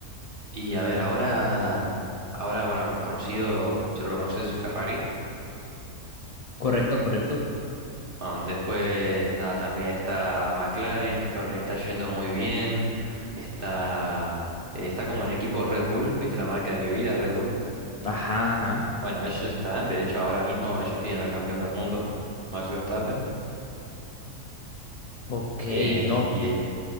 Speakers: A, on the right; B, on the left.
A: Y a ver, ahora, ahora, bueno, el más conocido, solo lo conoces, es Ferrari.
B: Correcto, correcto.
A: Ah, Después ah, también está McLaren, que ahora le está yendo muy bien. Está, está como en equipo Red Bull, ¿viste la marca de bebidas Red Bull?
B: Ajá, ajá.
A: Bueno, ellos están, de hecho, ahora mismo ellos tienen al campeón del mundo, Max Verstappen.
B: Ok,
A: Eh,
B: no,
A: y es